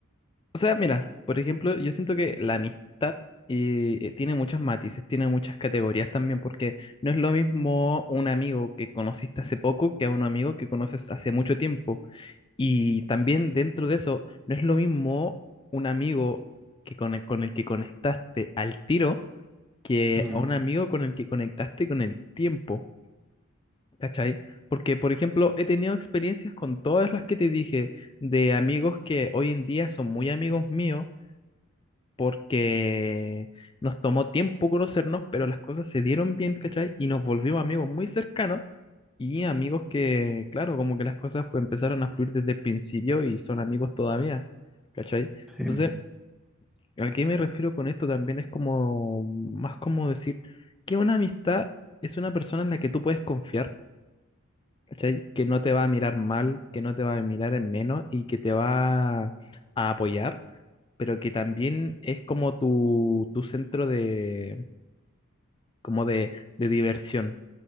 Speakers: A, on the left; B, in the centre.
A: O sea, mira, por ejemplo, yo siento que la amistad eh, eh, tiene muchos matices, tiene muchas categorías también, porque no es lo mismo un amigo que conociste hace poco que a un amigo que conoces hace mucho tiempo. Y también dentro de eso, no es lo mismo un amigo que con el, con el que conectaste al tiro que
B: Mm,
A: a un amigo con el que conectaste con el tiempo, ¿cachai? Porque, por ejemplo, he tenido experiencias con todas las que te dije, de amigos que hoy en día son muy amigos míos porque nos tomó tiempo conocernos, pero las cosas se dieron bien, ¿cachai? Y nos volvimos amigos muy cercanos y amigos que, claro, como que las cosas fue- empezaron a fluir desde el principio y son amigos todavía, ¿cachai?
B: sí,
A: Entonces,
B: po.
A: ¿a qué me refiero con esto? También es como, más como decir que una amistad es una persona en la que tú puedes confiar. ¿Cachai? Que no te va a mirar mal, que no te va a mirar en menos y que te va a apoyar pero que también es como tu, tu centro de, como de, de diversión,